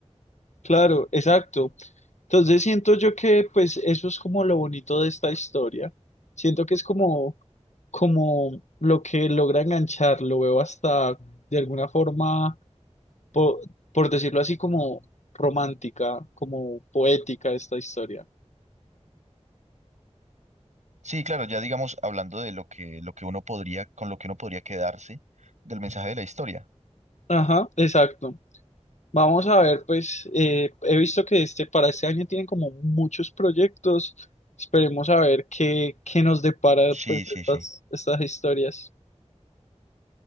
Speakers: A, on the left; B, on the right.
A: Claro, exacto. Entonces siento yo que pues eso es como lo bonito de esta historia. Siento que es como, como lo que logra enganchar, lo veo hasta de alguna forma, po- por, decirlo así, como romántica, como poética esta historia.
B: Sí, claro, ya digamos, hablando de lo que, lo que uno podría, con lo que uno podría quedarse del mensaje de la historia.
A: Ajá, exacto. Vamos a ver, pues eh, he visto que este para este año tienen como muchos proyectos. Esperemos a ver qué, qué nos depara
B: Sí,
A: pues,
B: sí,
A: estas,
B: sí.
A: estas historias.